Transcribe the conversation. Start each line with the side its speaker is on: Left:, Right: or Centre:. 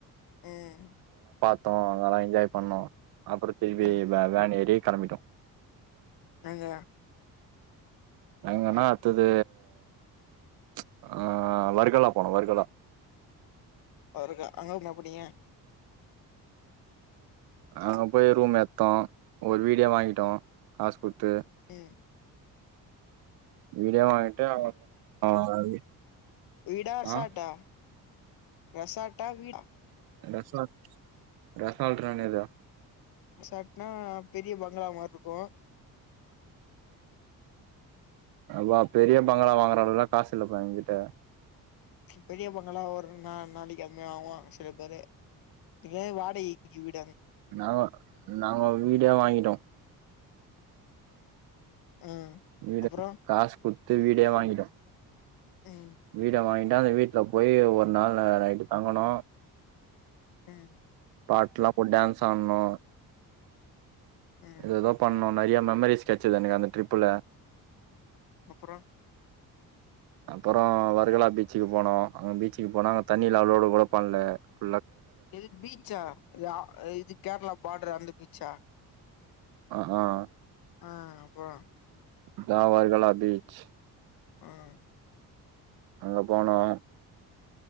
Left: ம்
Right: த்தோ நல்லா என்ஜாய் பண்ணோ அப்பறந் திரும்பி
Left: ம்
Right: வே வேன் ஏறி கெளம்பிட்டோ
Left: நேங்க
Right: எங்கனா அடுத்தது ச் ஆஹ் வர்கலா போனோ வர்கலா
Left: வர்கா அங்களுமா போனீங்க
Right: அங்க போய் ரூம் எத்தோ ஒரு வீடே வாங்கிட்டோ காசு குடுத்து
Left: ஹ்
Right: வீடே வாங்கிட்டு <unintelligible>
Left: வீடா ரெசாட்டா
Right: ஆ
Left: ரெசாட்டா வீடா
Right: ரெசாட் ரெசால்ட்னா என்னதுறா
Left: ரெசாட்னா பெரிய பங்களா மாரி ருக்கு
Right: அபா பெரிய பங்களா வாங்குற அளவுலா காசு இல்லப்பா என்கிட்ட
Left: பெரிய பங்களா ஒரு நா நாளைக்கு <unintelligible> ஆவான் சில பேரு இதே வாடகைக்கு வீ
Right: நாங்கோ நாங்கோ வீடே வாங்கிட்டோ
Left: ம்
Right: வீட
Left: அப்றோ
Right: காசு குட்த்து வீடே வாங்கிட்டோ
Left: ம்
Right: வீட வாங்கிட்டா அந்த வீட்டுல போய் ஒரு நாள் ல நைட்டு தங்கணும்
Left: உம்
Right: பாட்லாம் போட்டு டேன்ஸ் ஆடுனும்
Left: ம்
Right: எதஎதோ பண்ணோம் நறயா மெமரிஸ் கெச்சது எனக்கு அந்த ட்ரிப்பல
Left: அப்புறம்
Right: அப்புறம் வருகலா பீச்சுக்கு போனோம் அங்க பீச்சுக்கு போனா அங்க தண்ணில அளோடு கூட பண்ணல
Left: இது பீச்சா ஆ இது கேரளா பார்டரு அந்த பீச்சா
Right: ஆஹ் ஆஹ்
Left: ஆஹ் அப்புறம்
Right: தாவர்கலா பீச்
Left: ஹ்ம்
Right: அங்க போனோம்